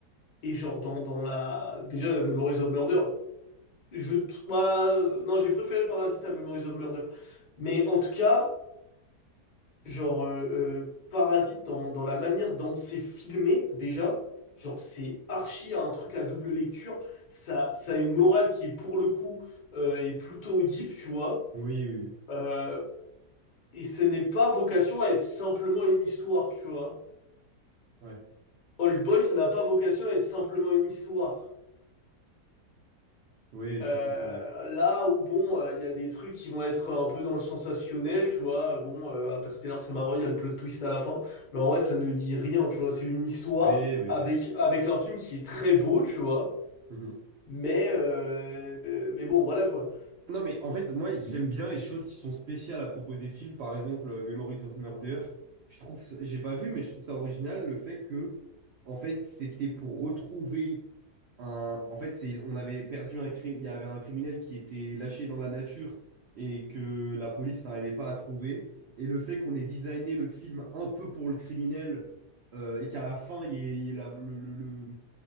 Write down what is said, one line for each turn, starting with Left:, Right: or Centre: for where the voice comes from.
Left: et genre, dans, dans la, déjà, Memories of Murder, Je, t- bah, euh, non, j'ai préféré Parasite à Memories of Murder. Mais en tout cas, genre, euh, euh, Parasite, dans, dans la manière dont c'est filmé, déjà, genre, c'est archi un truc à double lecture. Ça, ça a une morale qui, pour le coup, euh, est plutôt deep, tu vois.
Right: oui, oui, oui.
Left: Euh, et ce n'est pas vocation à être simplement une histoire, tu vois.
Right: Ouais,
Left: Old Boy, ça n'a pas vocation à être simplement une histoire.
Right: oui, je
Left: Euh,
Right: vois ce que tu veux dire.
Left: là où bon, euh, il y a des trucs qui vont être un peu dans le sensationnel, tu vois. Euh, Bon, euh, Interstellar, c'est marrant, il y a le plot twist à la fin, mais en vrai, ça ne dit rien, tu vois. C'est une histoire
Right: Oui, oui,
Left: avec
Right: oui.
Left: avec un film qui est très beau, tu vois.
Right: Mhm.
Left: Mais euh, euh, mais bon, voilà quoi.
Right: Non, mais en fait, moi, j'aime bien les choses qui sont spéciales à propos des films. Par exemple, euh, Memories of Murder. Je trouve, ça- j'ai pas vu, mais je trouve ça original le fait que, en fait, c'était pour retrouver un. En fait, c'est, on avait perdu un crime. Il y avait un criminel qui était lâché dans la nature et que la police n'arrivait pas à trouver. Et le fait qu'on ait designé le film un peu pour le criminel euh, et qu'à la fin, il y ait, il y ait la, le- le- le-